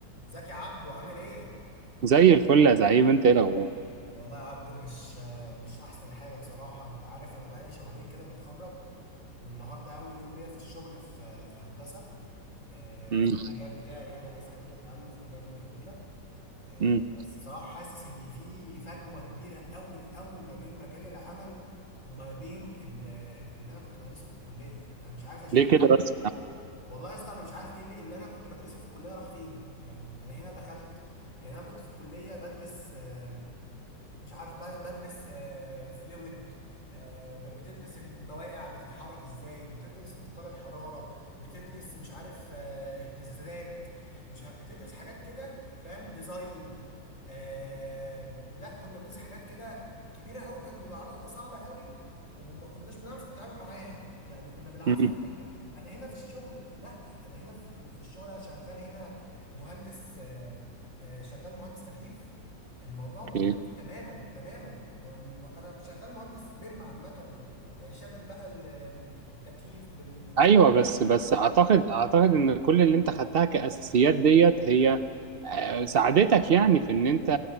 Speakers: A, on the left (about 45°); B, on the right (about 70°).
A: ازيك يا عبدو عامل ايه؟
B: زي الفل يا زعيم انت ايه الاخبار
A: والله يا عبدو مش مش احسن حاجة بصراحة انت عارف انا بقالي شهرين كده متخرج والنهاردة اول يوم ليا في الشغل في في هندسة آه،
B: امم
A: في المجال بتاعي يعني عايز احكي لك عنه في مجال ميكانيكا آه،
B: امم
A: بس بصراحة حاسس ان في فجوة كبيرة قوي قوي ما بين مجال العمل وما بين ال- اللي انا كنت بدرسه في الكلية انا مش عارف يا جيمي
B: ليه
A: اللي
B: كده
A: انا كنت-
B: بس
A: والله يا اسطى انا مش عارف ايه اللي اللي انا كنت بدرسه في الكلية راح فين يعني انا هنا دخلت يعني انا كنت في الكلية بدرس آه، مش عارف ب- بدرس فلويد بتدرس المواقع بتتحرك ازاي بتدرس انتقال الحرارة بتدرس مش عارف آه، اهتزازات مش ع- بتدرس حاجات كده فاهم ديزاين آه لا كنا بندرس حاجات كده كبيرة قوي كانت مجعلة صعبة قوي وما كناش بنعرف نتعامل معاها يعني كنا بالعافية
B: امم
A: بننجح انا هنا في الشغل لا انا هنا في في الشغل انا شغال هنا مهندس آه، آه، شغال مهندس تكييف الموضوع مختلف
B: اوكي
A: تماما تماما م- م- انا شغال مهندس بيم عامه آه، شامل بقى ال- آم، التكييف بال بال
B: ايوه بس بس اعتقد اعتقد ان كل اللي انت خدتها كاساسيات ديت هي آه، ساعدتك يعني في ان انت